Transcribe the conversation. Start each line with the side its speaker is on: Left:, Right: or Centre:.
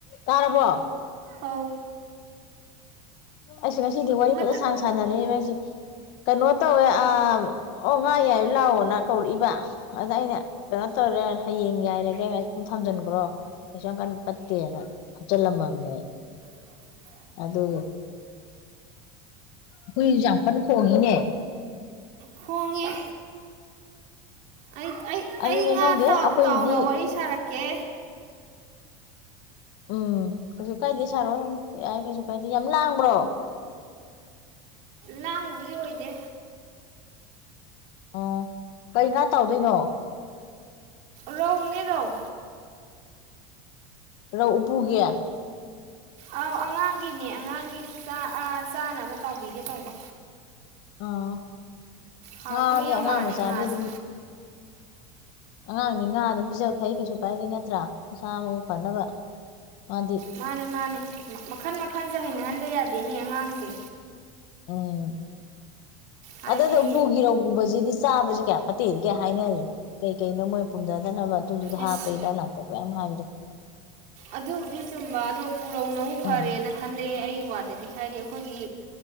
Left: ꯇꯥꯔꯔꯕ
Right: ꯑꯧ
Left: ꯑꯩꯁꯨ ꯉꯁꯤꯗꯤ ꯋꯥꯔꯤ
Right: ꯑꯃꯇꯪ
Left: ꯐꯖ ꯁꯥꯡ ꯁꯥꯟꯅꯔꯦ ꯉꯁꯦ ꯀꯩꯅꯣ ꯇꯧꯋꯦ ꯑꯣ ꯉꯥ ꯌꯥꯏ ꯂꯥꯛꯑꯣꯅ ꯀꯧꯔꯛꯏꯕ ꯑꯗ ꯑꯩꯅ ꯀꯩꯅꯣ ꯇꯧꯔꯦ ꯍꯌꯦꯡ ꯌꯥꯏꯔꯒꯦ ꯑꯗꯨꯝ ꯊꯝꯖꯤꯟꯈ꯭ꯔꯣ ꯑꯩꯁꯨ ꯀꯟ ꯐꯠꯇꯦꯅ ꯍꯥꯞꯆꯜꯂꯝꯃꯕꯅꯦ ꯑꯩ
Right: ꯑ
Left: ꯑꯗꯨ ꯍꯨꯏꯁꯁꯨ ꯌꯝ ꯀꯟ ꯈꯣꯡꯉꯤꯅꯦ
Right: ꯈꯣꯡꯉꯦ ꯑꯩ ꯑꯩ
Left: ꯑꯗꯨꯅꯦ
Right: ꯑꯩ ꯉꯥ
Left: ꯈꯪꯗꯦ
Right: ꯇꯥꯎ
Left: ꯑꯩꯈꯣꯏꯒꯤꯗꯤ
Right: ꯇꯥꯎꯅ ꯋꯥꯔꯤ ꯁꯥꯔꯛꯀꯦ
Left: ꯎꯝ ꯀꯩꯁꯨ ꯀꯥꯏꯗꯦ ꯁꯥꯔꯣꯏ ꯌꯥꯏ ꯀꯩꯁꯨ ꯀꯥꯏꯗꯦ ꯌꯥꯝ ꯂꯥꯡꯕ꯭ꯔꯣ
Right: ꯂꯥꯡꯕꯕꯨꯗꯤ ꯑꯣꯏꯗꯦ
Left: ꯑꯣ ꯀꯩꯩꯅ ꯉꯥ ꯇꯧꯗꯣꯏꯅꯣ
Right: ꯔꯧꯅꯦ ꯔꯧ
Left: ꯔꯧ ꯎꯄꯨꯒꯤ
Right: ꯑꯧ ꯑꯉꯥꯡꯒꯤꯅꯦ ꯑꯉꯥꯡꯒꯤꯥ ꯆꯥꯅꯕ ꯇꯥꯎꯕꯤꯒꯦ ꯇꯧꯕ
Left: ꯑꯥ
Right: ꯍꯥꯎꯗꯣꯏ
Left: ꯉꯥ
Right: ꯌꯥꯝ
Left: ꯑꯉꯥꯡ
Right: ꯃꯥꯜꯂꯦ
Left: ꯃꯆꯥꯗꯤ
Right: ꯉꯥꯁꯦ
Left: ꯑꯗꯨꯝ ꯑꯉꯥꯡꯅꯤ ꯉꯥ ꯑꯗꯨꯝ ꯄꯤꯖꯕ ꯐꯩ ꯀꯩꯁꯨ ꯀꯥꯏꯗꯦ ꯅꯠꯇ꯭ꯔꯥ ꯃꯁꯥ ꯃꯎ ꯐꯅꯕ ꯃꯥꯗꯤ
Right: ꯃꯥꯅꯤ ꯃꯥꯅꯤ ꯃꯈꯟ ꯃꯈꯜ ꯁꯤꯁꯦ ꯍꯩꯅꯍꯟꯗ ꯌꯥꯗꯦꯅꯦ ꯑꯉꯥꯡꯁꯦ
Left: ꯑꯣ
Right: ꯍꯥꯏꯗꯤ
Left: ꯑꯗꯗ ꯎꯄꯨꯒꯤ ꯔꯧꯒꯨꯝꯕꯖꯤꯗꯤ ꯆꯥꯕꯁꯦ ꯀꯌꯥ ꯐꯠꯇꯦꯗꯤ ꯀꯌꯥ ꯍꯥꯏꯅꯩ ꯀꯩ ꯀꯩꯅꯣ ꯃꯣꯏ ꯄꯨꯝꯊꯗꯅꯕ ꯑꯗꯨꯗꯝ ꯍꯥꯞꯄꯩꯗꯥꯏ
Right: ꯑꯁ
Left: ꯂꯥꯛꯇ <unintelligible>
Right: ꯑꯗꯨꯕꯨꯗꯤ ꯆꯨꯝꯕ ꯑꯗꯨ ꯄꯨꯔꯧꯅ
Left: ꯎꯝ
Right: ꯐꯔꯦꯅ ꯈꯜꯂꯦ ꯑꯩ ꯋꯥꯗꯗꯤ ꯍꯥꯏꯗꯤ ꯑꯩꯈꯣꯏꯒꯤ